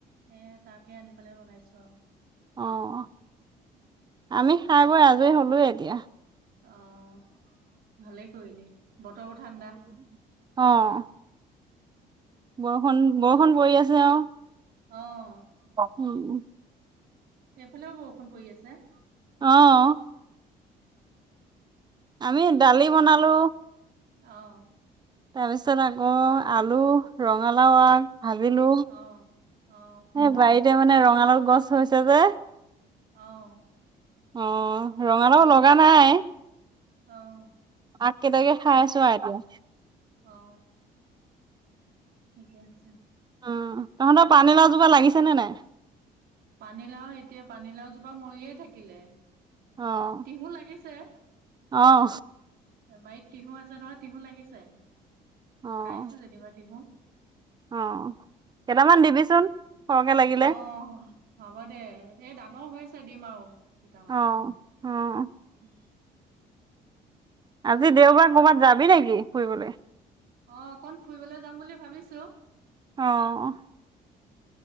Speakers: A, on the right; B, on the right.
A: এ, তাকে আনি পেলাই বনাইছো আৰু।
B: অ', আমি খাই বৈ আজৰি হলোৱেই এতিয়া।
A: অ', ভালেই কৰিলি। বতৰো ঠাণ্ডা
B: অ', অ'। বৰষুণ, বৰষুণ পৰি আছে আৰু।
A: অ'।
B: <unintelligible>
A: সেইফালেও বৰষুণ পৰি আছে।
B: অহ। আমি দালি বনালো।
A: অহ।
B: তাৰপিছত আকৌ আলু ৰঙালাও আগ ভাজিলো,
A: অ অ
B: এ বাৰীতে মানে ৰঙালাউ গছ হৈছে যে
A: অ'
B: অ', ৰঙালাউ লগা নাই।
A: অ'।
B: আগ কেইটাকে খাই
A: আগ
B: আছোঁ আৰু এতিয়া।
A: অ ঠিকে আছে।
B: উম, তহঁতৰ পানীলাউ জোপা লাগিছেনে নাই?
A: পানীলাউ এতিয়া পানীলাউ জোপা মৰিয়ে থাকিলে।
B: অ'।
A: ভোল লাগিছে।
B: অ'।
A: বাৰিত তিহোঁ আছে নহয় তিহোঁ লাগিছে
B: অ'
A: খাইছোঁ যেনিবা তিহোঁ।
B: অ', কেটামান দিবিচোন সৰহকে লাগিলে।
A: অহ। হ'ব দে এই ডাঙৰ হৈছে দিম আৰু দুটামান।
B: অ' অ'।
A: উম।
B: আজি দেওবাৰ ক'বাত যাবি নেকি ফুৰিবলে?
A: অ', অকন ফুৰিবলৈ যাম বুলি ভাবিছোঁ।
B: অ'।